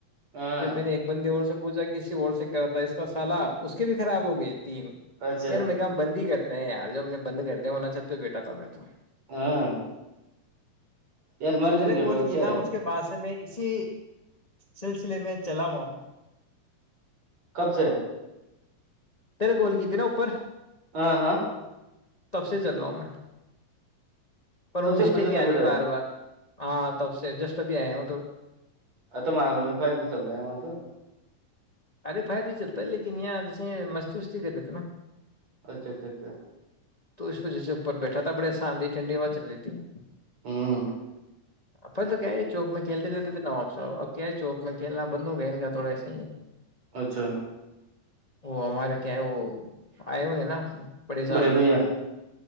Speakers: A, on the right (about 45°); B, on the left (about 40°).
A: ہاں
B: پھر میں نے ایک بندے اور س پوجا کسی اور سے کرتا ہے اس تو سال اس کی بھی خراب ہو گئی تین
A: اچھا
B: پ نا میں کام بندی کریں نہیں یار جو ہم نے بند کر دےوا چت تو بیٹا تھایں تو
A: ہاں یار ماری
B: تیرے
A: تو نیٹ
B: گول
A: اچ
B: کی نا
A: رے
B: اس کے بعد سے میں اسی سلسلے میں چلاؤا
A: کب سے
B: میرے گول کیت نا اوپر
A: ہاں ہاں
B: تب سے چل رہا ہوں میں پر
A: تب
B: وہ
A: سے
B: مسٹیک
A: برجت
B: ہی
A: میں
B: آ
A: بیٹھا
B: رہی بار بار ہاں تب سے جسٹ ابھی آئے ہوں تو
A: ا تو مارول میں فائیو جی چلتا ہے وہاں تو
B: ارے فائیو جی چلتا ہے لیکن یہاں جیسے مستی وستی کر رہے تھ نا
A: اچھا اچھا اچھا
B: تو اس وجہ سے اوپر بیٹھا تھا بڑی آسان ٹھنڈی ہوا چل رہتی تھی
A: ہ
B: پل تو کیا یہ چوک میں کھیلتے رہتے تھے نواب صحب اب کیا ہے چوک میں کھیلنا بند ہو گیا ان کا تھوڑا ایسا ہی
A: اچھا
B: وہ ہمارے کیا وہ آئے ہوئے ہیں نا پڑے صاب
A: بڑے بھیا